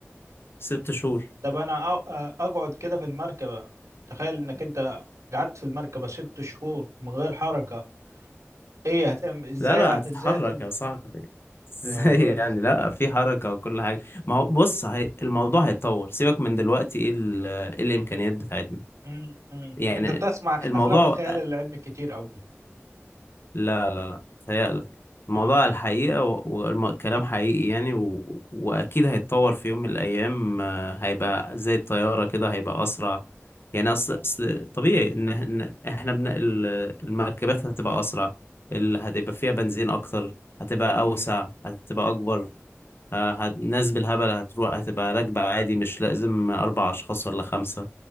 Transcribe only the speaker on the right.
طب انا أ- اقعد كده في المركبة تخيل انك انت قعدت في المركبة ست شهور من غير حركة ايه هتعمل ازاي
ه-
ازاي هتنجو
يا
راجل
مم، مم.
انت بتسمع
افلام الخيال العلمي كتير قوي
اه